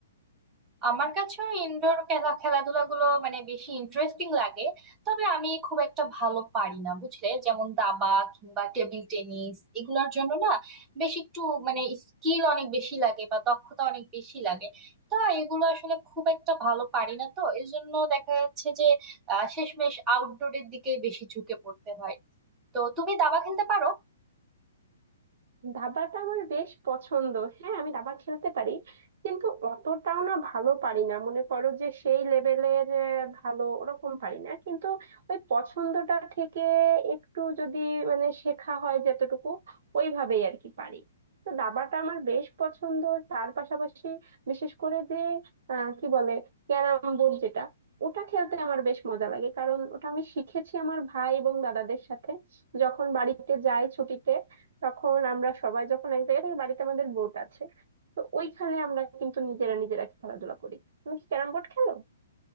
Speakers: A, on the right (about 20°); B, on the right (about 50°).
A: আমার কাছেও ইনডোর খেলা খেলাধুলা গুলো মানে বেশি ইন্টারেস্টিং লাগে তবে আমি খুব একটা ভালো পারি না বুঝলে যেমন দাবা কিংবা টেবিল টেনিস এগুলোর জন্য না বেশ একটু মানে স্কিল অনেক বেশি লাগে বা দক্ষতা অনেক বেশি লাগে তা এগুলো আসলে খুব একটা ভালো পারি না তো এই জন্য দেখা যাচ্ছে যে আহ শেষমেশ আউটডোরের দিকে বেশি ঝুঁকে পড়তে হয় তো তুমি দাবা খেলতে পারো
B: দাবাটা আমার বেশ পছন্দ হ্যাঁ আমি দাবা খেলতে পারি কিন্তু অতটাও না ভালো পারি না মনে করো যে সেই লেভেলের ভালো ওরকম পারি না কিন্তু ওই পছন্দটা থেকে একটু যদি মানে শেখা হয় যতটুকু ওইভাবেই আর কি পারি তো দাবাটা আমার বেশ পছন্দ তার পাশাপাশি বিশেষ করে যে আহ কি বলে ক্যারাম বোর্ড যেটা ওটা খেলতে আমার বেশ মজা লাগে কারণ ওটা আমি শিখেছি আমার ভাই এবং দাদাদের সাথে যখন বাড়িতে যাই ছুটিতে তখন আমরা সবাই যখন এক জায়গায় থাকি বাড়িতে আমাদের বোট আছে তো ওইখানে আমরা কিন্তু নিজেরা নিজেরা খেলাধুলা করি তুমি কি ক্যারাম বোর্ড খেলো